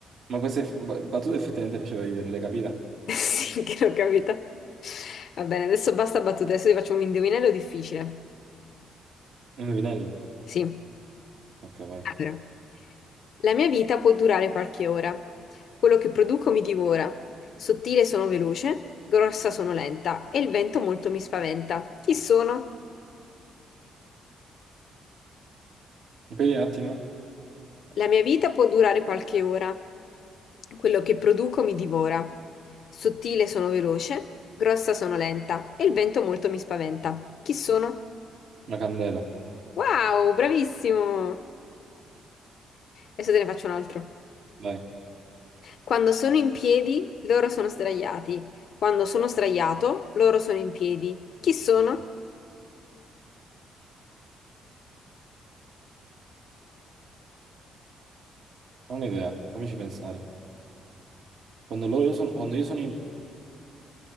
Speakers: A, on the right; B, on the left.
A: Ma questa eff- ba- battuta effettivamente faceva ridere, l'hai capita?
B: <laughs> Sì, che l'ho capita. Va bene, adesso basta battute, adesso ti faccio un indovinello difficile.
A: Un indovinello?
B: Sì,
A: Ok, vai.
B: allora. La mia vita può durare qualche ora. Quello che produco mi divora. Sottile sono veloce, grossa sono lenta e il vento molto mi spaventa. Chi sono?
A: Ripendi un attimo.
B: La mia vita può durare qualche ora. Quello che produco mi divora. Sottile sono veloce, grossa sono lenta e il vento molto mi spaventa. Chi sono?
A: Una candela.
B: Wow, bravissimo! Adesso te ne faccio un altro.
A: Vai.
B: Quando sono in piedi, loro sono sdraiati. Quando sono sdraiato, loro sono in piedi. Chi sono?
A: Ho un'idea, fammici pensare. Quando loro io sono, quando io sono in...